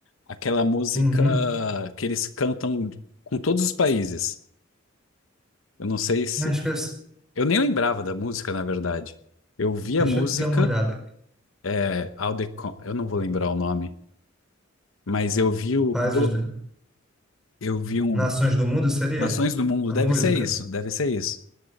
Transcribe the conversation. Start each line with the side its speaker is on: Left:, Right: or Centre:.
Left: aquela música
Centre: Uhum.
Left: que eles cantam com todos os países. Eu não sei se.
Centre: Acho que eu,
Left: Eu nem lembrava da música, na verdade. Eu vi
Centre: deixa
Left: a música,
Centre: eu dar uma olhada.
Left: é, Aldecon, eu não vou lembrar o nome, mas eu vi o.
Centre: Faz
Left: do-
Centre: os
Left: eu vi um.
Centre: Nações do Mundo, seria?
Left: Nações do Mundo,
Centre: A
Left: deve
Centre: música?
Left: ser isso, deve ser isso.